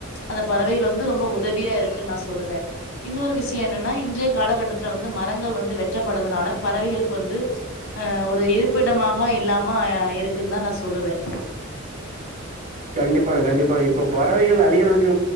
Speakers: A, on the left; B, on the right.
A: அந்த பறவைகள் வந்து ரொம்ப உதவியா இருக்குன்னு நான் சொல்லுவேன். இன்னொரு விஷயம் என்னன்னா இன்றைய காலகட்டத்துல வந்து மரங்கள் வந்து வெட்டப்படறதுனால பறவைகளுக்கு வந்து ஒரு இருப்பிடமாக இல்லாம இருக்குன்னு தான் நான் சொல்லுவேன்
B: கண்டிப்பாங்க கண்டிப்பாங்க. இப்ப பறவைகள் அழியறதுக்கு